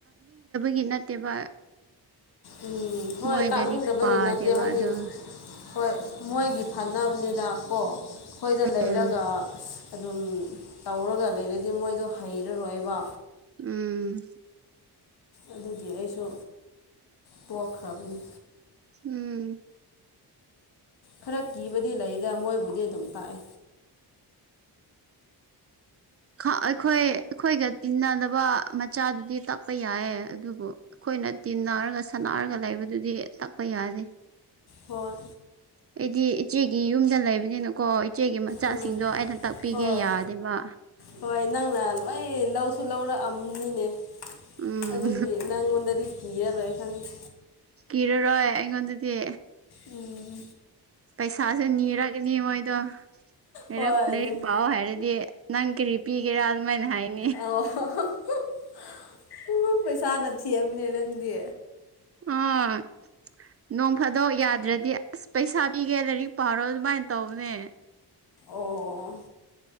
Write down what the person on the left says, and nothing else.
ꯎꯝ ꯍꯣꯏ
ꯇꯥꯛꯅꯤꯡꯗꯕꯒꯤ
ꯅꯠꯇꯦ ꯍꯥꯏꯗꯤ ꯍꯣꯏ ꯃꯣꯏꯒꯤ ꯐꯅꯕꯅꯤꯗ ꯀꯣ ꯑꯩꯈꯣꯏꯗ ꯂꯩꯔꯒ
ꯑꯗꯨꯝ ꯇꯧꯔꯒ ꯂꯩꯔꯗꯤ ꯃꯣꯏꯗꯣ ꯍꯩꯔꯔꯣꯏꯕ
ꯑꯗꯨꯗꯤ ꯑꯩꯁꯨ ꯄꯣꯛꯈ꯭ꯔꯕꯅꯤ
ꯈꯔ ꯀꯤꯕꯗꯤ ꯂꯩꯗ ꯃꯣꯏꯕꯨꯗꯤ ꯑꯗꯨꯝ ꯇꯥꯛꯑꯦ
ꯍꯣꯏ
ꯎꯝ
ꯍꯣꯏ
ꯍꯣꯏ ꯅꯪꯅ ꯂꯣꯏ ꯂꯧꯁꯨ ꯂꯧꯔꯛꯑꯝꯅꯤꯅꯦ
ꯑꯗꯨꯕꯨ ꯅꯪꯉꯣꯟꯗꯗꯤ ꯀꯤꯔꯔꯣꯏ ꯑꯩ ꯈꯪꯗꯦ
ꯎꯝ
ꯍꯣꯏ
ꯅꯨꯡ
ꯑ ꯍꯣ-ꯍꯣ ꯍꯣꯛ ꯃꯁꯥꯅ ꯊꯤꯑꯝꯃꯤꯅꯦ ꯅꯪꯗꯤ
ꯑꯣ..